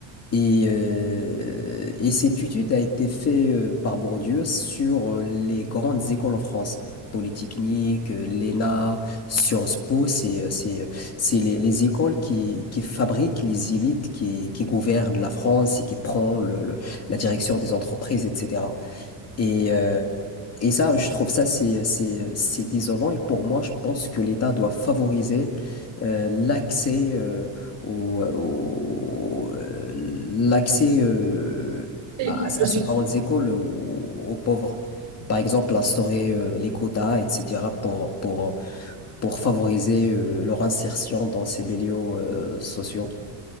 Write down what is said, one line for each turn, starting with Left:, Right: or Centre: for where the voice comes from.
Left: et, euh, et cette étude a été faite euh, par Bourdieu sur euh, les grandes écoles en France. Polytechnique, euh, l'ENA, Sciences Po, c'est euh, c'est, euh, c'est les, les écoles qui, qui fabriquent les élites qui, qui gouvernent la France et qui prennent le- le- la direction des entreprises, etc. Et, euh, et ça, je trouve ça, c'est, c'est, c'est désolant. Et pour moi, je pense que l'État doit favoriser euh, l'accès euh, au, euh, au- euh, l'accès euh,
Right: Et
Left: à,
Right: Je
Left: à
Right: suis
Left: ces grandes écoles aux, aux pauvres. Par exemple, instaurer euh, les quotas, etc., pour, pour, pour favoriser euh, leur insertion dans ces milieux euh, sociaux.